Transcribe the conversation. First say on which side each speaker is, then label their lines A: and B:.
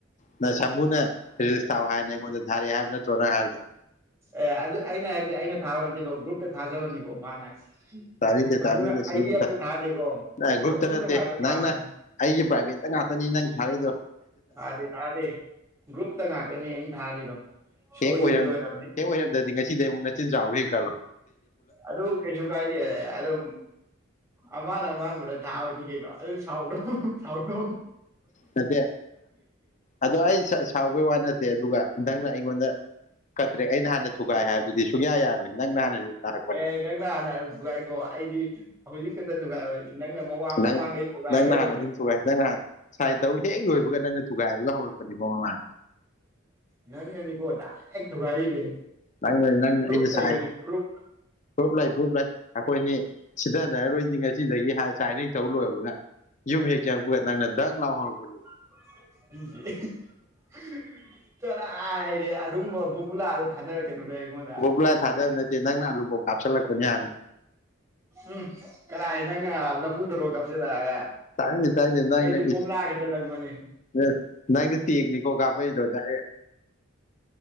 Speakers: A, on the left (about 40°); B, on the right (about 15°).
A: ꯅ ꯁꯥꯃꯨꯅ ꯔꯦꯖꯤꯁ ꯊꯥꯎ ꯍꯥꯏꯅ ꯑꯩꯉꯣꯟꯗ ꯊꯥꯔꯛꯑꯦ ꯍꯥꯏꯕ ꯅꯠꯇ꯭ꯣ ꯅꯪ ꯍꯥꯏꯔꯤꯗꯣ
B: ꯑꯦ ꯑꯗꯨ ꯑꯩꯅ ꯍꯥꯏꯗꯤ ꯑꯩꯅ ꯊꯥꯕꯅꯠꯇꯦꯀꯣ ꯒ꯭ꯔꯨꯞꯇ ꯊꯥꯖꯕꯅꯤꯀꯣ ꯃꯥꯅ
A: ꯇꯥꯅꯤꯡꯗꯦ
B: ꯁꯥꯃꯨꯅ
A: ꯇꯥꯅꯤꯡꯗꯦ
B: ꯑꯩꯗꯤ ꯑꯝꯇ ꯊꯥꯗꯦꯀꯣ
A: <inaudible> ꯒ꯭ꯔꯨꯞꯇ
B: ꯁꯥꯃꯨꯅ
A: ꯅꯠꯇꯦ
B: ꯉꯥꯛꯇ ꯊꯥꯕꯅꯦ
A: ꯅꯪꯅ ꯑꯩꯒꯤ ꯄ꯭ꯔꯥꯏꯚꯦꯠꯇ ꯉꯥꯛꯇꯅꯤ ꯅꯪ ꯊꯥꯔꯤꯗꯣ
B: ꯊꯥꯗꯦ ꯊꯥꯗꯦ ꯒ꯭ꯔꯨꯞꯇ ꯉꯥꯛꯀꯅꯤ ꯑꯩꯅ ꯊꯥꯔꯤꯗꯣ ꯁꯣꯏꯈꯤꯕꯩ
A: ꯍꯦꯛ ꯑꯣꯏꯔꯝ
B: ꯑꯣꯏꯔꯝꯅꯤ
A: ꯍꯦꯛ ꯑꯣꯏꯔꯝꯗ꯭ꯔꯥꯗꯤ ꯉꯁꯤꯗꯒꯤ ꯑꯃꯨꯛ ꯅꯆꯤꯟ ꯆꯥꯎꯕ ꯌꯦꯡꯉꯨ ꯆꯠꯂꯣ
B: ꯑꯗꯨ ꯀꯩꯁꯨ ꯀꯥꯏꯗꯦ ꯑꯗꯨ ꯑꯃꯅ ꯃꯥꯅ ꯊꯥꯕꯅꯤ ꯀꯩꯅꯣ ꯑꯗꯨ ꯁꯥꯎꯅꯣ ꯁꯥꯎꯅꯣ
A: ꯅꯠꯇꯦ ꯑꯗꯣ ꯑꯩ ꯁꯥꯎꯕꯩ ꯋꯥ ꯅꯠꯇꯦ ꯑꯗꯨꯒ ꯅꯪꯅ ꯑꯩꯉꯣꯟꯗ <unintelligible> ꯑꯩꯅ ꯍꯥꯟꯅ ꯊꯨꯒꯥꯏ ꯍꯥꯏꯕ- ꯑꯗꯨꯗꯤ ꯁꯨꯡꯌꯥ ꯌꯥꯔꯣꯏ ꯅꯪꯅ ꯍꯥꯟꯅ ꯇꯥꯔꯛꯄꯅꯦ
B: ꯑꯦ ꯅꯪꯅ ꯍꯥꯟꯅ ꯔꯨꯜ ꯊꯨꯒꯥꯏꯀꯣ ꯑꯩꯗꯤ ꯍꯧꯖꯤꯛ <unintelligible> ꯃꯃꯥꯡ
A: ꯅꯪ
B: ꯃꯃꯥꯡꯗꯩ ꯊꯨꯒꯥꯏꯈ꯭ꯔꯕꯅꯤ
A: ꯅꯪꯅ ꯍꯥꯟꯅ ꯑꯗꯨꯝ ꯊꯨꯒꯥꯏ ꯅꯪ ꯅꯍꯥꯟ ꯁꯥꯏꯟ ꯇꯧ ꯍꯦꯛ ꯂꯣꯏꯕꯒ ꯅꯪꯅ ꯊꯨꯒꯥꯏꯕꯒ ꯍꯧꯔꯛꯄꯅꯤꯀꯣ ꯃꯃꯥꯡ
B: ꯅꯪꯅꯅꯤ ꯀꯣ ꯗꯥꯏꯔꯦꯛ ꯊꯨꯒꯥꯏꯔꯤꯁꯦ
A: ꯅꯪꯅ ꯅꯪ
B: ꯄ꯭ꯔꯨꯞ
A: ꯑꯩꯅ
B: ꯂꯩꯕꯅꯤ
A: ꯁꯥꯏ
B: ꯄ꯭ꯔꯨꯞ
A: ꯄ꯭ꯔꯨꯞ ꯂꯩ ꯄ꯭ꯔꯨꯞ ꯂꯩ ꯑꯩꯈꯣꯏꯅꯤ ꯁꯤꯗꯅꯔꯔꯣꯏꯖꯤ ꯉꯁꯤꯗꯒꯤ ꯍꯥꯏ ꯉꯁꯥꯏꯗꯩ ꯇꯧ ꯂꯣꯏꯕꯒ ꯌꯨꯝ ꯍꯦꯛ ꯆꯪꯉꯛꯄꯒ ꯅꯪꯅ ꯗꯛ ꯂꯥꯎ ꯍꯧꯔꯛꯄꯅꯤ ꯀꯣ-
B: <inaudible> <unintelligible> ꯑꯩꯉꯣꯟꯗ
A: ꯕꯣꯝꯕ꯭ꯂꯥ ꯊꯥꯗꯕ ꯅꯠꯇꯦ ꯅꯪꯅ ꯑꯂꯨ ꯕꯣꯝ ꯀꯥꯞꯁꯜꯂꯛꯄꯅꯤ ꯍꯥꯟꯅ
B: ꯎꯝ ꯀꯔꯥꯏ ꯅꯪꯅ ꯂꯐꯨꯊꯔꯣ ꯀꯥꯞꯁꯤꯜꯂꯛꯑꯒ
A: ꯇꯥꯅꯤꯡꯗꯦ ꯇꯥꯅꯤꯡꯗꯦ ꯅꯪꯅ
B: ꯑꯩꯗꯤ ꯕꯣꯝꯂꯥ
A: ꯏꯁ
B: ꯈꯛꯇ ꯂꯪꯕꯅꯤ
A: ꯅꯪ ꯅꯪꯅ ꯇꯦꯡꯅꯤꯀꯣ ꯀꯥꯞꯄꯛ ꯏꯗꯣ ꯗꯥꯏꯔꯦꯛ